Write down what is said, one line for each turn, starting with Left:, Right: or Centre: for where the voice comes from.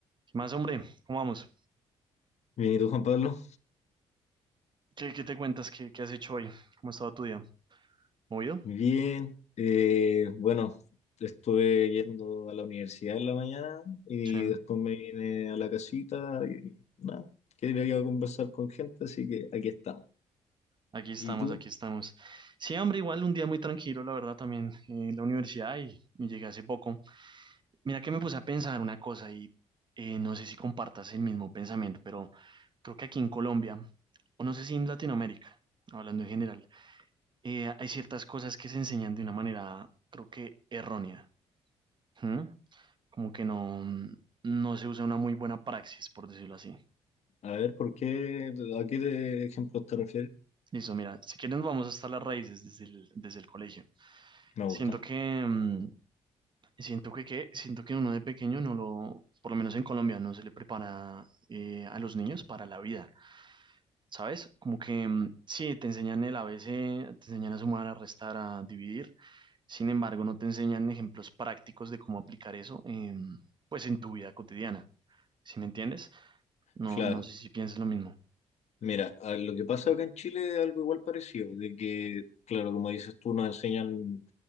Right: ¿Qué más, hombre? ¿Cómo vamos?
Left: Bien, ¿y tú, Juan Pablo?
Right: ¿Qué, qué te cuentas? ¿Qué, qué has hecho hoy? ¿Cómo ha estado tu día? ¿Movido?
Left: Bien. eh, bueno, estuve yendo a la universidad en la mañana y
Right: Sí.
Left: después me vine a la casita y nada, quería conversar con gente, así que aquí estamos.
Right: Aquí estamos,
Left: ¿Y tú?
Right: aquí estamos. Sí, hombre, igual un día muy tranquilo, la verdad, también en la universidad y, y llegué hace poco. Mira que me puse a pensar una cosa y eh, no sé si compartas el mismo pensamiento, pero creo que aquí en Colombia, o no sé si en Latinoamérica, hablando en general, eh, hay ciertas cosas que se enseñan de una manera, creo que errónea. ¿Mm? Como que no, no se usa una muy buena praxis, por decirlo así.
Left: A ver, ¿por qué? ¿A qué ejemplos te refieres?
Right: Listo, mira, si quieren vamos hasta las raíces desde el, desde el colegio.
Left: Me
Right: Siento
Left: gusta.
Right: que, mm, siento que, que- siento que uno de pequeño no lo, por lo menos en Colombia, no se le prepara eh, a los niños para la vida, ¿sabes? Como que mm, sí, te enseñan el a ABC, te enseñan a sumar, a restar, a dividir, sin embargo, no te enseñan ejemplos prácticos de cómo aplicar eso, em, pues en tu vida cotidiana, ¿sí me entiendes? No,
Left: Claro.
Right: no sé si piensas lo mismo.
Left: Mira, a- lo que pasa acá en Chile es algo igual parecido, de que, claro, como dices tú, nos enseñan